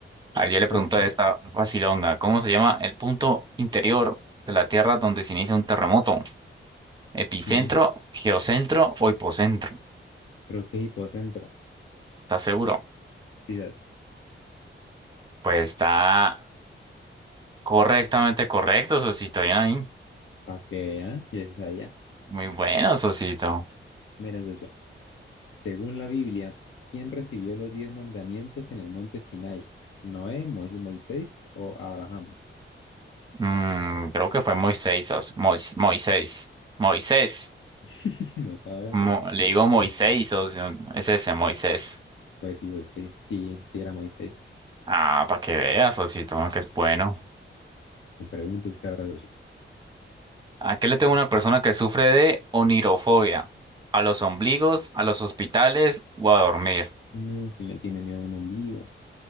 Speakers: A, on the right (about 20°); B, on the left (about 70°).
A: Ayer le
B: Pues
A: pregunto
B: sí.
A: a esta vacilonga, ¿cómo se llama el punto interior de la Tierra donde se inicia un terremoto? ¿Epicentro,
B: Ujú.
A: geocentro o hipocentro?
B: Creo que es hipocentro.
A: ¿Estás seguro?
B: Quizás.
A: Pues está correctamente correcto, sosito, bien ahí.
B: Pa' que vean, ya está allá.
A: Muy bueno, sosito.
B: Miren eso. Según la Biblia, ¿quién recibió los diez mandamientos en el monte Sinai? ¿Noé, Mo- Moisés o Abraham?
A: Mm, creo que fue Moisés, socio. Mois- Moisés. Moisés.
B: <laughs> No sabe la
A: Mo-
B: cosa.
A: le digo Moisés, socio. Es ese, Moisés.
B: Pues sí, pues sí, sí, sí era Moisés.
A: Ah, para que veas, Osito, uno que es bueno.
B: Me pregunta usted ahora, socio,
A: Aquí le tengo una persona que sufre de onirofobia. A los ombligos, a los hospitales o a dormir.
B: no, ¿quién le tiene miedo a un ombligo?